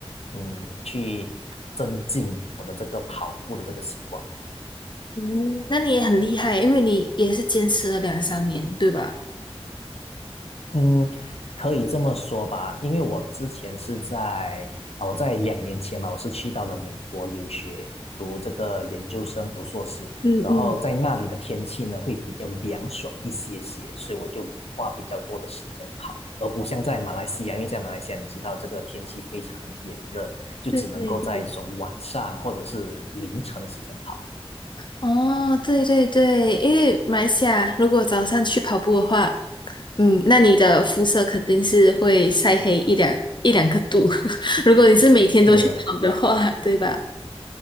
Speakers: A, on the left; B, on the left.
A: 嗯去增进我的这个跑步的这个习惯。
B: 嗯那你也很厉害，因为你也是坚持了两三年，对吧？
A: 嗯，可以这么说吧，因为我之前是在啊，我在两年前嘛，我是去到了美国留学，读这个研究生，读硕士，
B: 嗯嗯
A: 然后在那里的天气呢会比较凉爽一些些，所以我就花比较多的时间跑，而不像在马来西亚，因为在马来西亚你知道这个天气非常炎热，就只能够在这种晚上或者是凌晨的时间跑。
B: 对对对，哦，对对对，因为马来西亚如果早上去跑步的话，嗯，那你的肤色肯定是会晒黑一两一两个度。<laughs> 如果你是每天都去跑的话，
A: 对对对。
B: 对吧？